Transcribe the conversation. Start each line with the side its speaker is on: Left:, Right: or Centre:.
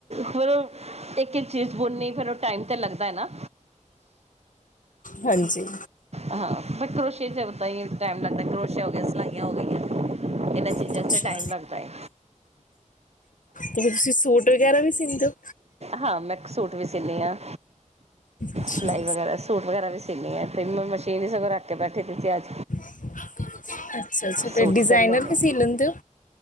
Right: ਫੇਰ ਇਕ- ਇਕ ਚੀਜ਼ ਬੁਣਨੀ ਫੇਰ ਓ ਟਾਈਮ ਤੇ ਲੱਗਦਾ ਐ ਨਾ।
Left: ਹਾਂਜੀ।
Right: ਹਾਂ ਬਟ ਕਰੋਸ਼ੀਏ ਚ ਓਦਾਂ ਈ ਟੈਮ ਲੱਗਦਾ ਐ। ਕਰੋਸ਼ਆ ਹੋ ਗਿਆ, ਸਲਾਈਆਂ ਹੋ ਗਈਆਂ। ਇਨਾਂ ਚੀਜ਼ਾਂ
Left: ਅੱਛਾ
Right: ਚ ਟਾਈਮ ਲੱਗਦਾ ਏ।
Left: ਤੇ ਤੁਸੀ ਸੂਟ ਵਗੈਰਾ ਵੀ ਸੀਂਦੇ ਔ?
Right: ਹਾਂ, ਮੈਂ ਸੂਟ ਵੀ ਸੀਨੀ ਆਂ।
Left: ਅੱਛਾ
Right: ਸਿਲਾਈ ਵਗੈਰਾ, ਸੂਟ ਵਗੈਰਾ ਵੀ ਸੀਨੀ ਆ। ਤੇ ਮ ਮਸ਼ੀਨ ਹੀ ਸਗੋਂ ਰੱਖ ਕੇ ਬੈਠੀ ਦੀ ਸੀ ਅਜ।
Left: ਅੱਛਾ- ਅੱਛਾ ਤੇ
Right: ਸੂਟ
Left: ਡਿਜਾਇਨਰ
Right: ਸਿਲ ਲੈਂਦੇ
Left: ਵੀ
Right: ਹਾਂ
Left: ਸੀ ਲੈਂਦੇ ਔ।